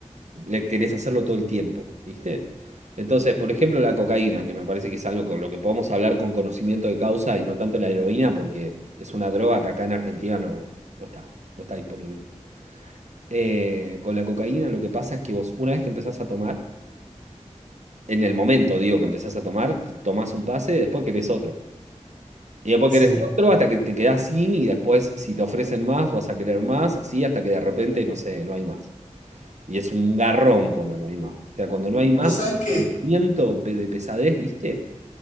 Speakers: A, on the right; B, on the left.
A: le querés hacerlo todo el tiempo, ¿viste? Entonces, por ejemplo, la cocaína, que me parece que es algo con lo que podemos hablar con conocimiento de causa y no tanto la heroína, porque es una droga que acá en Argentina no, no está, no está disponible. Eh, con la cocaína lo que pasa es que vos, una vez que empezás a tomar, en el momento, digo, que empezás a tomar, te tomás un pase, después querés otro. Y después
B: Sí.
A: querés otro hasta que te quedás sin y después si te ofrecen más, vas a querer más, así hasta que de repente, no sé, no hay más. Y es un garrón cuando no hay más. O sea, cuando no hay
B: Vos
A: más,
B: sabés
A: el
B: que,
A: sentimiento pe- de pesadez, ¿viste?